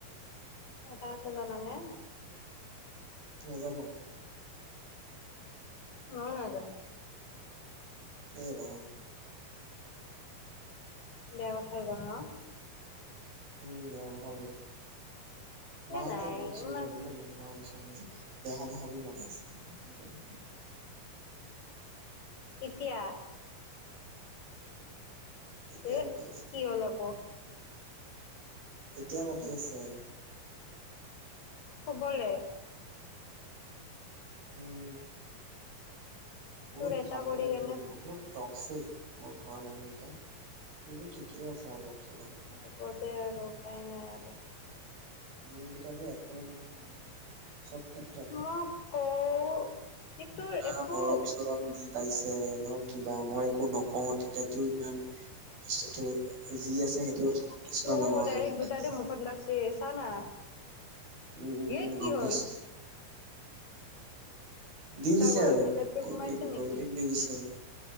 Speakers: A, on the left (about 65°); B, on the right (about 80°).
A: এটা কথা জনানে-
B: নাজানো।
A: মইও নাজানো।
B: এই ৰাম।
A: বেয়া কথাই হৈ গ'ল ন।
B: উমঁ বেয়া কথা কলোঁ মাইজে
A: এ নাই
B: বহুত চিঞৰি
A: ইমান
B: থাকে জানে মোক। মা কচম যে দেহা দেহা বুলি মাতি আছে।
A: এতিয়া।
B: এতিয়া
A: এ
B: মাতি আছে
A: কি হ'ল আকৌ।
B: এতিয়া মাতি আছে। ‌
A: শুবলে।
B: উমঁ, বহুত
A: তোৰ এটা
B: ফালতো
A: কৰি
B: লাগে
A: কেনে
B: দেই বহুত- টক্সিক মোৰ ঘৰৰ মানুহকেইটাই, কিন্তুটো ঠিকেই আছে অলপ চলপ।
A: হ'ব দে আৰু উপায় নাই আৰু।
B: মোৰ কিটা যে <unintelligible>
A: মই কওঁ, ইটোৰ
B: না
A: একো।
B: মৰম চৰম দি পাইছে, না কিবা, মই একো নকওঁ, তেতিয়াতো ইমান। <unintelligible>
A: ও
B: নহয়
A: ডাইৰেক্ট
B: আৰু
A: দুটাতে
B: লাগে
A: মুখত লাগিছে, চানা।
B: উম, উম, উম,
A: এ কি
B: গম
A: হ'ল
B: পাইছো। দি দিছে
A: তাৰ গলৰ
B: আৰু,
A: ভিতৰত কি
B: গ'ল
A: সোমাইছে
B: কিক,
A: নেকি
B: গ'ল কিক, দি দিছে।